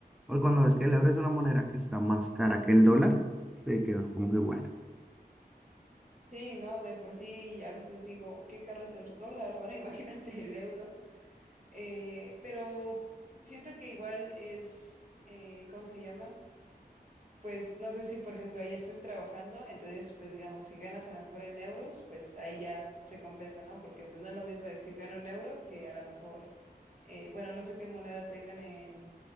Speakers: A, in the centre; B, on the right.
A: Hoy cuando ves que el euro es una moneda que está más cara que el dólar, te quedas como que bueno.
B: Sí, ¿no? De por sí a veces digo, qué caro es el dólar, ahora <laughs> imagínate el euro. Eh, pero siento que igual es, eh, ¿cómo se llama? Pues no sé si, por ejemplo, ahí estés trabajando, entonces, pues digamos, si ganas a lo mejor en euros, pues ahí ya se compensa, ¿no? Porque pues no es lo mismo decir gano en euros que a lo mejor, eh, bueno, no sé qué moneda tengan en